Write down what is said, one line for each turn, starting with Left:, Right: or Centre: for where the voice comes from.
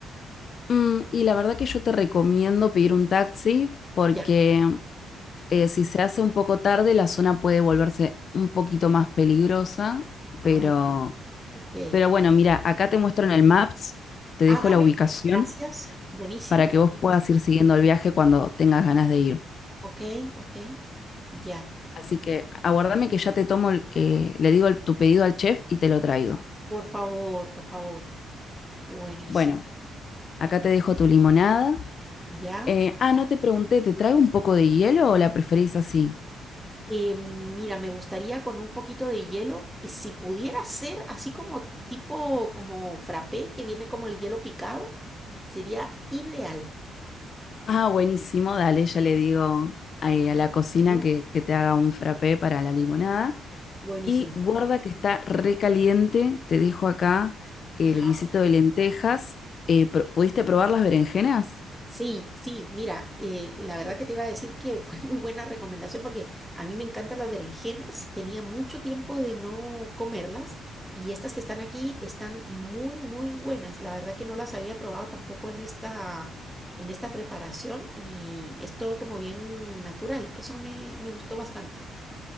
Left: Mm, y la verdad que yo te recomiendo pedir un taxi porque
Centre: Ya.
Left: eh, si se hace un poco tarde, la zona puede volverse un poquito más peligrosa,
Centre: Ah,
Left: pero
Centre: ok.
Left: Pero bueno, mira, acá te muestro en el Maps, te
Centre: Ah,
Left: dejo
Centre: dale,
Left: la ubicación
Centre: gracias. Buenísimo.
Left: para que vos puedas ir siguiendo el viaje cuando tengas ganas de ir.
Centre: Ok, ok, ya.
Left: Así que aguardame que ya te tomo, el- eh, le digo el- tu pedido al chef y te lo traigo.
Centre: Por favor, por favor. Buenísimo.
Left: Bueno, acá te dejo tu limonada.
Centre: Ya.
Left: Eh, ah, no te pregunté, ¿te traigo un poco de hielo o la preferís así?
Centre: Eh, mira, me gustaría con un poquito de hielo, y si pudiera ser así como tipo como frappé, que viene como el hielo picado, sería ideal.
Left: Ah, buenísimo, dale, ya le digo ahí a la cocina
Centre: Bueno.
Left: que, que te haga un frappé para la limonada.
Centre: Buenísimo.
Left: Y guarda que está recaliente, te dejo acá el
Centre: Ajá.
Left: guisito de lentejas. Eh, pro- ¿pudiste probar las berenjenas?
Centre: Sí, sí, mira, eh, la verdad que te iba a decir que fue muy buena recomendación porque a mí me encantan las berenjenas, tenía mucho tiempo de no comerlas y estas que están aquí están muy, muy buenas. La verdad que no las había probado tampoco en esta, en esta preparación y es todo como bien natural. Eso me, me gustó bastante.